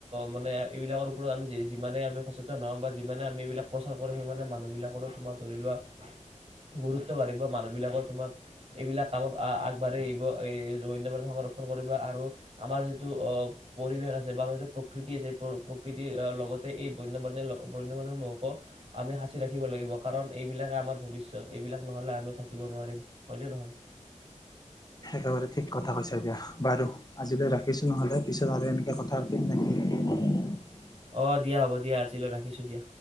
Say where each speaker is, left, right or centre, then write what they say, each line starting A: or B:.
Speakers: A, on the right; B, on the left.
A: মানে এইবিলাকৰ ওপৰত আমি যিমানে আমি সচেতন হওঁ বা যিমানে আমি এইবিলাক প্ৰচাৰ কৰি সিমানে মানুহ বিলাকৰো তোমাৰ ধৰি লোৱা গুৰুত্ব বাঢ়িব মানুহ বিলাকৰ তোমাৰ এইবিলাক কামত আগবাঢ়ি আহিব এইন্য সংৰক্ষণ কৰিব আৰু আমাৰ যিটো আহ পৰিৱেশ আছে বা আমাৰ যিটো প্ৰকৃতি আছে প্ৰকৃতিৰ লগতে এই বন্য বন্যপ্ৰাণীবোৰৰ আমি সাঁচি ৰাখিব লাগিব কাৰণ এইবিলাকে আমাৰ ভৱিষ্যত এইবিলাক নহলে আমিও থাকিব নোৱাৰিম হয়ত নহয়
B: একেবাৰে ঠিক কথা কৈছা এ দিয়া বাৰু আজিলৈ ৰাখিছো নহলে পিছত আৰু এনেকে কথা পাতিম নেকি
A: অঁ দিয়া হ'ব দিয়া আজিলৈ ৰাখিছোঁ দিয়া